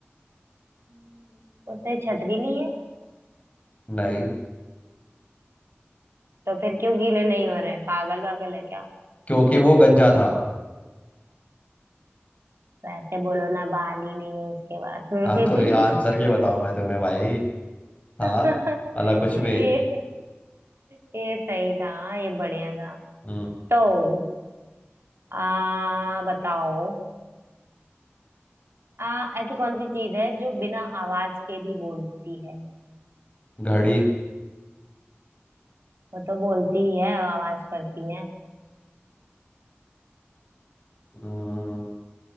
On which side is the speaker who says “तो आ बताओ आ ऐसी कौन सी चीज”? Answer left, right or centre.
Right